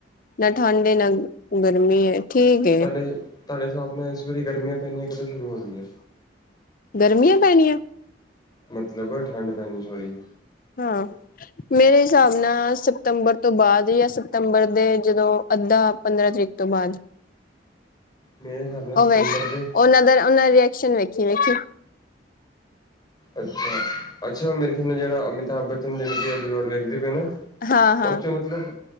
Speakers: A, on the left; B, on the left.
A: ਨਾ ਠੰਡ ਹੈ ਨਾ, ਗਰਮੀ ਹੈ। ਠੀਕ ਏ
B: ਤੁਹਾਡੇ, ਤੁਹਾਡੇ ਹਿਸਾਬ ਨਾਲ ਇਸ ਵਾਰੀ ਗਰਮੀਆਂ ਪੈਣੀਆਂ ਕਦੋਂ ਸ਼ੁਰੂ ਹੋਣ ਗਿਆ।
A: ਗਰਮੀਆਂ ਪੈਣੀਆਂ
B: ਮਤਲਬ ਠੰਡ ਪੈਣੀ ਸੋਰੀ
A: ਹਾਂ, ਮੇਰੇ ਹਿਸਾਬ ਨਾਲ, ਸਤੰਬਰ ਤੋਂ ਬਾਅਦ ਜਾਂ ਸਤੰਬਰ ਦੇ ਜਦੋਂ ਅੱਧਾ ਪੰਦਰਾਂ ਤਰੀਕ ਤੋਂ ਬਾਅਦ
B: ਮੇਰੇ ਹਿਸਾਬ ਨਾਲ
A: ਉਹ
B: ਸਤੰਬਰ
A: ਵੇਖ,
B: ਦੇ
A: ਉਹਨਾਂ ਦਾ ਉਹਨਾਂ ਰਿਐਕਸ਼ਨ ਵੇਖੀ, ਵੇਖੀ
B: ਅੱਛਾ, ਅੱਛਾ ਮੇਰੇ ਖਿਆਲ ਨਾਲ ਜਿਹੜਾ ਅਮਿਤਾਭ ਬੱਚ ਮਟੀ ਜੋੜ ਵੇਖਦੇ ਪਏ ਨਾ,
A: ਹਾਂ ਹਾਂ
B: ਉਹ ਚੋਂ ਮਤਲਬ